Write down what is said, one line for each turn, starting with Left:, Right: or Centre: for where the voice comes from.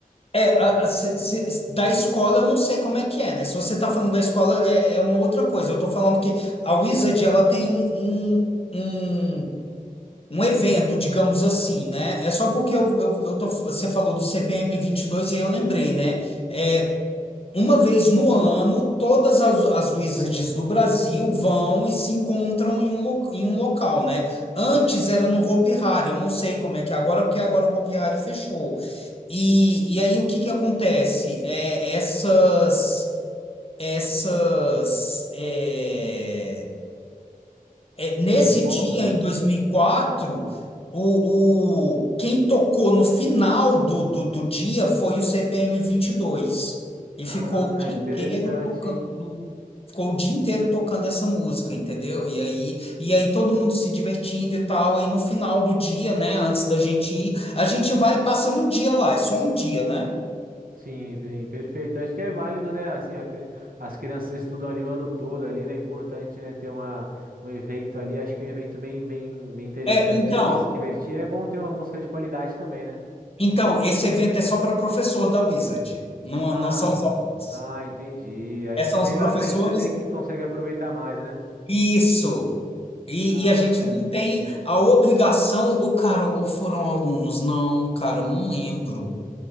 Left: É, a-
Right: Ah,
Left: a- se- se- da escola eu não sei como é que é, né? Se você tá falando da escola é, é uma outra coisa. Eu tô falando que a Wizard ela tem um, um, um um evento, digamos assim, né? É só porque eu, eu, eu tô, você falou do CPM 22 e dois e aí eu lembrei, né? É, uma vez no ano, todas as, as Wizards do Brasil vão e se encontram em um, lo- em um local, né? Antes era no Hopi Hari, eu não sei como é que é agora, porque agora o Hopi Hari fechou. E, e aí o que que acontece? É, essas... Essas, é, é, nesse
Right: Os encontros.
Left: dia, em dois mil e quatro o, o, quem tocou no final do, do, do dia foi o CPM 22. E dois. E
Right: Ah,
Left: ficou o dia
Right: interessante,
Left: inteiro tocando,
Right: hein?
Left: ficou o dia inteiro tocando essa música, entendeu? E aí, e aí todo mundo se divertindo e tal. Aí no final do dia, né, antes da gente ir, a gente vai e passa um dia lá, é só um dia, né?
Right: Sim, bem, perfeito. Acho que é válido, né? Assim, a pe- as crianças estudam ali o ano todo ali, né? É importante, né, ter uma, um evento ali. Acho que um evento bem, bem, bem interessante,
Left: É, então,
Right: né? De se divertir. É bom ter uma música de qualidade também, né?
Left: então, esse evento é só para professor da Wizard, não,
Right: Ah,
Left: não são os alunos.
Right: ah, entendi. Aí
Left: É,
Right: fica
Left: são
Right: melhor
Left: os professores
Right: ainda, né? Que consegue aproveitar mais, né?
Left: Isso. E,
Right: Ah,
Left: e a gente não
Right: entendi.
Left: tem a obrigação, ou cara, ou foram alunos? Não, cara, eu não lembro.